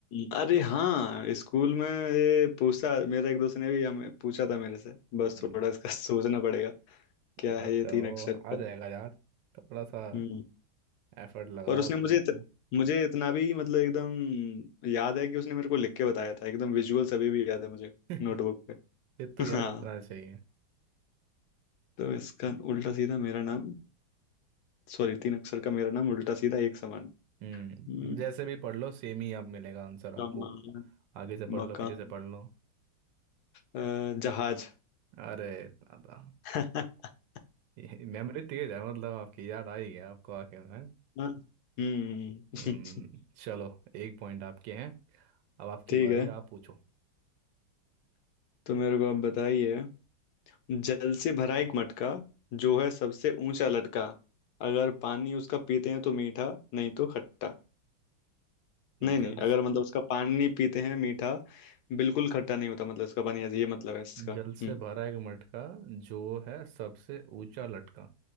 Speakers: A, on the left; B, on the right.
A: अरे हाँ स्कूल में ये पूछा मेरा एक दोस्त ने भी हमें पूछा था मेरे से बस
B: हम्म,
A: थोड़ा इसका <laughs> सोचना पड़ेगा क्या
B: याद
A: है ये
B: करो
A: तीन अक्षर
B: आ
A: का
B: जाएगा यार थोड़ा सा
A: हम्म
B: एफर्ट लगाओ
A: और उसने
B: दिमाग
A: मुझे इत,
B: में
A: मुझे इतना भी मतलब एकदम याद है कि उसने मेरे को लिख के बताया था एकदम विजुअल सभी भी याद है मुझे
B: <laughs>
A: नोटबुक पे
B: ये तो याद
A: <laughs> हाँ
B: होना चाहिए
A: तो इसका उल्टा सीधा मेरा नाम सॉरी तीन अक्षर का मेरा नाम उल्टा सीधा एक समान
B: हम्म
A: हम्म,
B: जैसे भी पढ़ लो सेम ही अब मिलेगा आंसर आपको
A: सामान
B: आगे से पढ़
A: मकान
B: लो पीछे से पढ़ लो
A: अ, जहाज
B: अरे दादा
A: <laughs>
B: ये मेमोरी तेज है मतलब आपकी याद आ ही गया आपको आके है
A: हाँ हम्म
B: हम्म
A: <laughs>
B: चलो एक पॉइंट आपके हैं अब आपकी
A: ठीक
B: बारी
A: है
B: आप पूछो
A: तो मेरे को आप बताइए जल से भरा एक मटका जो है सबसे ऊंचा लटका अगर पानी उसका पीते हैं तो मीठा नहीं तो खट्टा नहीं नहीं
B: जल
A: अगर मतलब उसका पानी पीते हैं मीठा बिल्कुल खट्टा नहीं होता मतलब इसका पानी ऐसे- ये मतलब है इसका
B: जल
A: हम्म
B: से भरा एक मटका जो है सबसे ऊंचा लटका